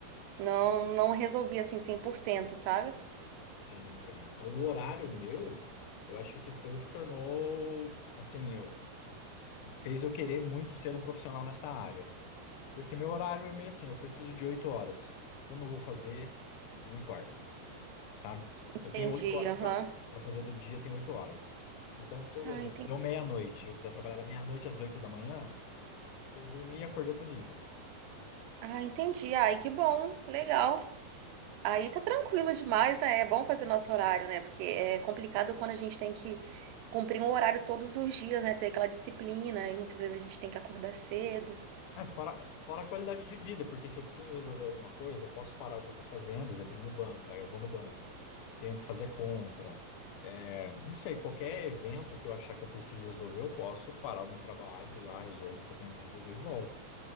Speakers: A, on the right; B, on the left.
A: não, não resolvia assim cem por cento, sabe?
B: Sim, entendo. O horário meu, eu acho que foi o que tornou, assim, o, o, o que fez eu querer muito ser um profissional nessa área. Porque meu horário é meio assim, eu preciso de oito horas. Como eu vou fazer, não importa, sabe?
A: Entendi,
B: Eu tenho oito horas
A: aham.
B: para fazer do dia, eu tenho oito horas. Então, se eu,
A: Ah,
B: exemplo,
A: entendi.
B: deu meia-noite, eu quiser trabalhar da meia-noite às oito da manhã, eu dormi e acordei, eu tô livre.
A: Ah, entendi. Ai, que bom, legal. Aí tá tranquilo demais, né? É bom fazer nosso horário, né? Porque é complicado quando a gente tem que cumprir um horário todos os dias, né? Ter aquela disciplina e muitas vezes a gente tem que acordar cedo.
B: Ah, fora, fora a qualidade de vida, porque se eu preciso resolver alguma coisa, eu posso parar o que eu tô fazendo, exemplo, ir no banco, aí eu vou no banco, tenho que fazer compra. é, não sei, qualquer evento que eu achar que eu precise resolver, eu posso parar o meu trabalho, ir lá, resolvo o que eu tenho que resolver e volto.